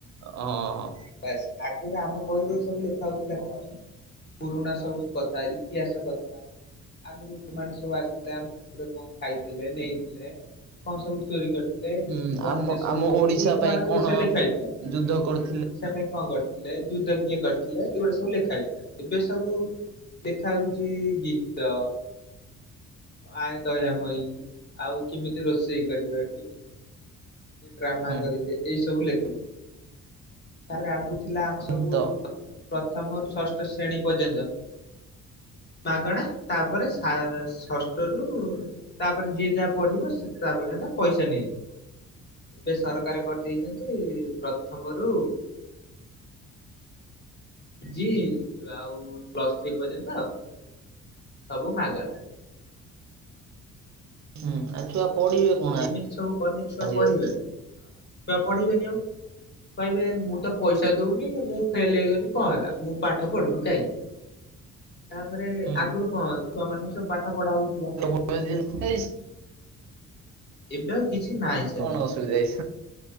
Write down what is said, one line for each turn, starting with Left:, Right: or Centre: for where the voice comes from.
Right: ହଁ।
Left: ବାସ ଆଗରେ ଆମ ବହିରେ ଏ ସବୁ ଲେଖା ହଉଥିଲା ପୁରୁଣା ସବୁ କଥା ଇତିହାସ କଥା। ଆଗରୁ କୋଉମାନେ ସବୁ ଆସୁଥିଲେ ଆମର କଣ ଖାଇଥିଲେ ନେଇଥିଲେ ଥିଲେ କଣ ସବୁ ଚୋରି କରିଥିଲେ କେମିତି
Right: ହୁଁ
Left: ଆମ ଦେଶକୁ ବଞ୍ଚାଇଥିଲେ
Right: ଓଡିଶା
Left: ଲୋକମାନଙ୍କ
Right: ପାଇଁ କଣ
Left: ବିଷୟରେ ଲେଖା ହେଇଥିଲା।
Right: ଯୁଦ୍ଧ କର
Left: ଓଡିଶା ପାଇଁ କଣ କରିଥିଲେ ଯୁଦ୍ଧ କିଏ କରିଥିଲେ ଏଇଗୁଡା ସବୁ ଲେଖା ହେଇଥିଲା ଏବେ ସବୁ ଲେଖା ହଉଚି ଗୀତ ଆଏ ଦୟମଇ ଆଉ କେମିତି ରୋଷେଇ କରିବେ କି କେମିତି ଡ୍ରାମା
Right: ହୁଁ
Left: କରିବେ ଏଇ ସବୁ ଲେଖା ହେଇଚି। ତାପରେ ଆଗକୁ ଥିଲା ଆମ ସବୁ
Right: ଗୀତ
Left: ପ୍ରଥମରୁ ଷଷ୍ଠ ଶ୍ରେଣୀ ପର୍ଯ୍ୟନ୍ତ। ମାଗଣା ତାପରେ ଷଷ୍ଠ ରୁ ତାପରେ ଯିଏ ଯାହା ପଢିବ ସେ ତାପ ଯ୍ୟାନ୍ତ ପଇସା ନିଅନ୍ତି। ଏବେ ସରକାର କରିଦେଇଛନ୍ତି ପ୍ରଥମରୁ ଜି ଆଉ ପ୍ଲସ୍ ଥ୍ରୀ ପର୍ଯ୍ୟନ୍ତ ସବୁ ମାଗଣା।
Right: ହୁଁ ଆଉ ଛୁଆ ପଢିବେ କଣ
Left: ଏମିତି ସବୁ କନେ ଛୁଆ
Right: ଆଜିକାଲି
Left: ପଢିବେନା ଛୁଆ ପଢିବେନି ଆଉ କହିବେ ମୁଁତ ପଇସା ଦଉନି ମୁଁ ଫେଲେ ହେଇଗନି କଣ ହେଲା ମୁଁ ପାଠ ପଢିବି କାହିଁକି। ତାପରେ
Right: ହଁ।
Left: ଆଗରୁ କଣ ଛୁଆ ମାନଙ୍କ ସବୁ ପାଠ ପଢା ହଉଥିଲା।
Right: କଣ ଅସୁବିଧା ହେଇଚି
Left: ଏବେ ଆଉ କିଛି ନାହିଁ
Right: ସା
Left: ସେମିତି